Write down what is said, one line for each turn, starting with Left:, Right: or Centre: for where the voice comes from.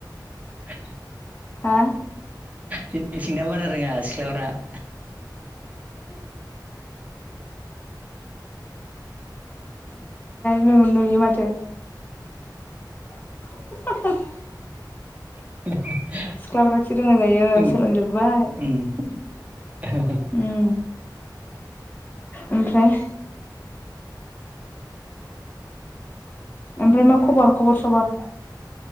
Right: आ
Left: हा
Right: जोंनिथिंनिया बारा रोङा सिख्लाफ्रा <inaudible>
Left: नु नुयो माथो <inaudible>
Right: <unintelligible>
Left: सिख्लाफ्रासो
Right: <inaudible>
Left: रोङा जायो सोलोंजोब्बाय
Right: <inaudible>
Left: उम ओमफ्राय ओमफ्राय मा खबर खबर सबर